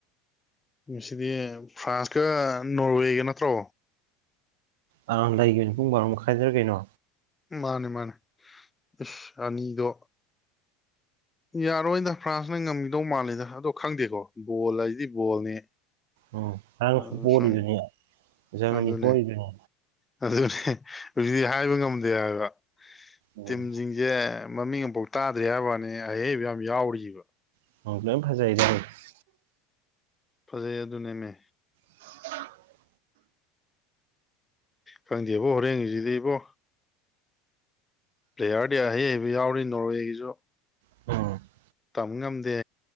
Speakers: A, on the left; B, on the right.
A: ꯃꯁꯤꯗꯤ ꯐ꯭ꯔꯥꯟꯁꯀ ꯅꯣꯔꯋꯦꯒ ꯅꯠꯇ꯭ꯔꯣ
B: ꯑ ꯂꯩꯒꯤꯕꯅꯤ ꯄꯨꯡ ꯕꯥꯔꯣ ꯃꯈꯥꯏꯗ꯭ꯔ ꯀꯩꯅꯣ
A: ꯃꯥꯅꯤ ꯃꯥꯅꯤ ꯏꯁꯁ ꯑꯅꯤꯗꯣ ꯌꯥꯔꯣꯏꯗ ꯐ꯭ꯔꯥꯟꯁꯅ ꯉꯝꯈꯤꯗꯧ ꯃꯥꯜꯂꯤꯗ ꯑꯗꯣ ꯈꯪꯗꯦꯀꯣ ꯕꯣꯜ ꯍꯥꯏꯁꯤꯗꯤ ꯕꯣꯜꯅꯤ
B: ꯎꯝ ꯉꯔꯥꯡꯡꯁꯨ
A: ꯑꯗꯨ
B: ꯄꯣꯔꯤꯗꯨꯅꯦ
A: ꯁꯨꯝ
B: ꯖꯔꯃꯅꯤ
A: ꯑꯗꯨꯅꯦ
B: ꯄꯣꯔꯤꯗꯨꯅꯦ
A: ꯑꯗꯨꯅꯦ ꯍꯧꯖꯤꯛꯇꯤ ꯍꯥꯏꯕ ꯉꯝꯗꯦ ꯍꯥꯏꯕ
B: ꯎꯝ
A: ꯇꯤꯝꯁꯤꯡꯁꯤ ꯑꯦ ꯃꯃꯤꯡ ꯑꯃꯐꯥꯎ ꯇꯥꯗ꯭ꯔꯤ ꯍꯥꯏꯕ ꯋꯥꯅꯤ ꯑꯍꯩꯕ ꯌꯥꯝ ꯌꯥꯎꯔꯤꯕ꯫
B: <inaudible>
A: ꯐꯖꯩ ꯑꯗꯨꯅꯦꯃꯦ꯫
B: <inaudible>
A: ꯈꯪꯗꯦꯕꯣ ꯍꯣꯔꯦꯟꯁꯤꯗꯤ ꯏꯕꯣ꯫ ꯄ꯭ꯂꯦꯌꯥꯔꯗꯤ ꯑꯍꯩ ꯍꯩꯕ ꯌꯥꯎꯔꯤ ꯅꯣꯔꯋꯦꯒꯤꯁꯨ꯫
B: <unintelligible>
A: ꯇꯝ ꯉꯝꯗꯦ